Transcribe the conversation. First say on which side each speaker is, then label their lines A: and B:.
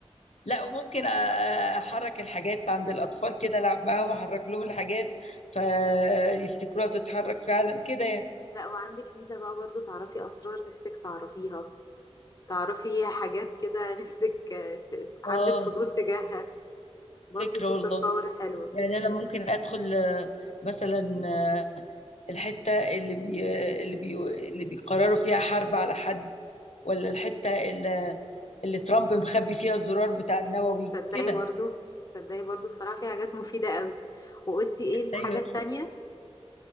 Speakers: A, on the left; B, on the left.
A: لا وممكن احرك الحاجات عند الاطفال كده العب معاهم احرك لهم الحاجات فيفتكروها بتتحرك فعلا كده يعني
B: لا وعندك ميزة بقى برضه تعرفي اسرار نفسك تعرفيها تعرفي حاجات كده نفسك آه، ت- عندك
A: اه
B: فضول تجاهها برضه
A: فكرة
B: سوبر
A: والله
B: باور حلوة
A: يعني انا ممكن ادخل آه، مثلا آه، الحتة اللي بي اللي بي اللي بيقرروا فيها حرب على حد ولا الحتة اللي اللي ترامب مخبي فيها الزرار بتاع النووي
B: تصدقي
A: كده
B: برضو تصدقي برضو بصراحة في حاجات مفيدة قوي وقلتي ايه الحاجة
A: ايوه
B: التانية